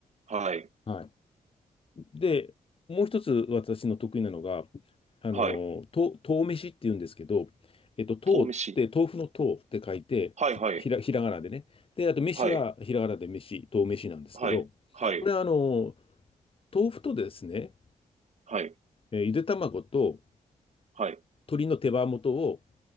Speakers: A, on the right; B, on the left.
A: はい。
B: はい。で、もう一つ私の得意なのが、あの、
A: はい。
B: と、豆飯って言うんですけど、えっと、豆って豆腐の豆って書いて、
A: 豆飯。はいはい。
B: ひら、ひらがなでね。で、あと飯はひらがなで飯、
A: はい。
B: 豆飯なんですけど、
A: はい。は
B: これはあの、豆腐とですね、
A: い。
B: えーゆで卵と
A: はい。
B: 鶏の手羽元を